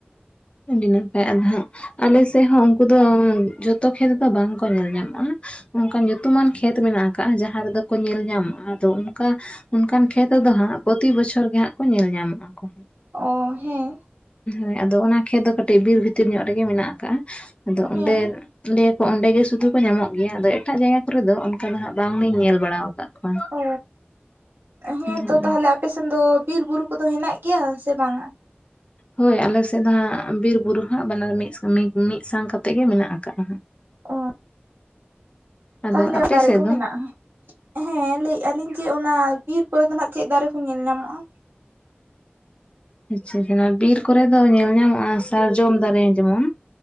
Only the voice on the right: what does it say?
ᱚᱻ ᱦᱮᱸᱼᱼ
ᱦᱮᱸ
ᱚ ᱦᱮᱸ
ᱛᱚ ᱛᱟᱦᱚᱞᱮ ᱟᱯᱮ ᱥᱮᱱ ᱫᱚ ᱵᱤᱨ ᱵᱩᱨᱩ ᱠᱚᱫᱚ ᱦᱮᱱᱟᱜ ᱜᱮᱭᱟ ᱥᱮ ᱵᱟᱝᱼᱟ?
ᱚᱻ
ᱛᱟᱦᱚᱞᱮ
ᱫᱟᱨᱮ
ᱠᱚ
ᱢᱮᱱᱟᱜᱼᱟ ᱦᱮᱸ ᱞᱟᱹᱭᱮᱜᱼᱟ ᱞᱤᱧ ᱡᱮ ᱚᱱᱟ ᱵᱤᱨ ᱠᱚᱨᱮ ᱫᱚ ᱦᱟᱸᱜᱼᱼ ᱪᱮᱫ ᱫᱟᱨᱮ ᱠᱚ ᱧᱮᱞ ᱧᱟᱢᱚᱜᱼᱟ?